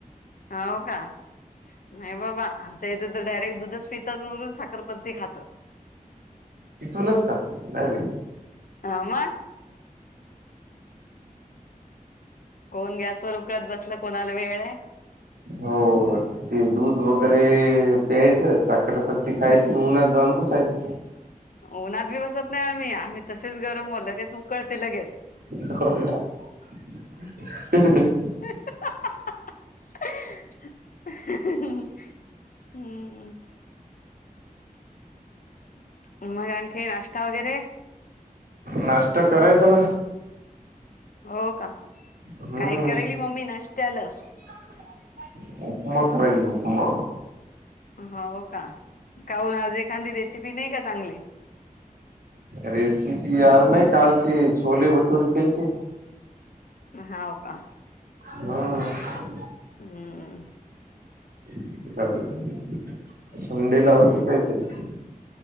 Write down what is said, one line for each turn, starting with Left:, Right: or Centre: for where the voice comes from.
Left: हो का? नाही बाबा आमच्या इथे तर डायरेक्ट दुधच पितात वरून, साखरपत्ती खातात.
Right: ईथूनच का, डायरेक?
Left: हा मग कोण गॅसवर उकडत बसल, कोणाला वेळ आहे?
Right: हो. ते दूध वगैरे प्यायचं, साखरपत्ती खायची, म उन्हात जाऊन बसायच!
Left: ऊनात बी बसत नाही आम्ही, आम्ही तसेच गरम व लगेच उकळते लगेेच.
Right: होका... ह ह ह.
Left: ह हा हहह. ह ह ह हम्म मग आणखी नष्टा वगैरे?
Right: नाश्ता करायचा ना!
Left: हो का,
Right: हम्म
Left: काय करायली मम्मी नाष्ट्यालं?
Right: <inaudible> उपमा कराय उपमा.
Left: होव का, काऊन आज एखांदी रेसिपी नाही का चांगली?
Right: रेसिपी आज नाही, कालते छोले भटुरे केलते.
Left: हाव का?
Right: हम्म.
Left: हम्म. <inaudible>
Right: <unintelligible> संडे ला
Left: हम्म
Right: होते काहीतरी.